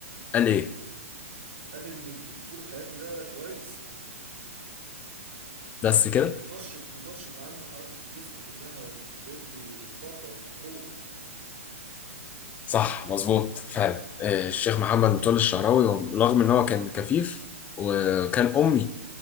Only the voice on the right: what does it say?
قال ان الفول الحراتي ده كويس
منشط منشط عامل حركة الجسم كلها وبيدي طاقة وقوة